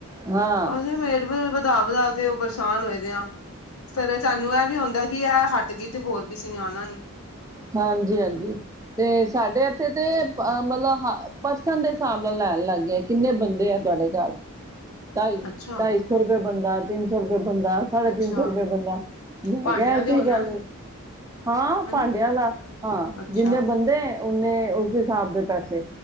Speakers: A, on the right (about 15°); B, on the left (about 80°).
A: ਹਾਂ
B: ਉਹਦੇਰ ਰੇਟ ਵਧਾ ਵਧਾ ਕੇ ਪਰੇਸ਼ਾਨ ਹੋਏ ਦੀਆਂ। ਕਦੇ ਸਾਨੂੰ ਇਹ ਵੀ ਆਉਂਦਾ, ਕਿ ਇਹ ਹੱਟ ਗਈ ਤੇ ਹੋਰ ਕਿਸੇ ਨੇ ਆਉਣਾ ਨੀ।
A: ਹਾਂਜੀ ਹਾਂਜੀ। ਤੇ ਸਾਡੇ ਇੱਥੇ ਤੇ ਅ ਮਤਲਬ, ਪਰਸਨ ਦੇ ਹਿਸਾਬ ਨਾਲ ਲੈਣ ਲੱਗ ਗਿਆ। ਕਿੰਨੇ ਬੰਦੇ ਆ ਤੁਹਾਡੇ ਘਰ, ਢਾਈ,
B: ਅੱਛਾ
A: ਢਾਈ ਸੌ ਰੁਪਏ ਬੰਦਾ ਤਿੰਨ। ਤਿੰਨ ਸੌ ਰੁਪਏ ਬੰਦਾ, ਸਾਢੇ
B: ਅੱਛਾ
A: ਤਿੰਨ ਸੌ ਰੁਪਏ ਬੰਦਾ, ਮੈਂ
B: ਭਾਂਡਿਆਂ
A: ਕਿਹਾ ਇਹ
B: ਦੇ
A: ਕੀ
B: ਹੋਣਾ
A: ਗੱਲ ਹੋਈ। ਹਾਂ
B: ਹਨਾ
A: ਭਾਂਡਿਆ ਦਾ, ਹਾਂ
B: ਅੱਛਾ
A: ਜਿੰਨੇ ਬੰਦੇ ਉਹਨੇ ਉਸ ਹਿਸਾਬ ਦੇ ਪੈਸੇ,